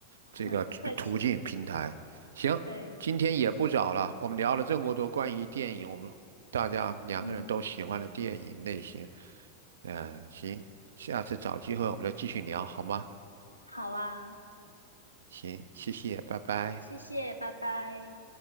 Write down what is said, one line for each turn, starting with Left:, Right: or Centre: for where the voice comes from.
Right: 这个途途径平台。
Left: <laughs> 不客气，
Right: 行，
Left: 对，
Right: 今天也不早了，我们聊了这么多关于电影，我们大家两个人都喜欢的电影类型。
Left: 嗯，
Right: 嗯，行，下次找机会我们再继续聊好吗？
Left: 好啊，
Right: 行，谢谢，拜拜。
Left: 谢谢，拜拜。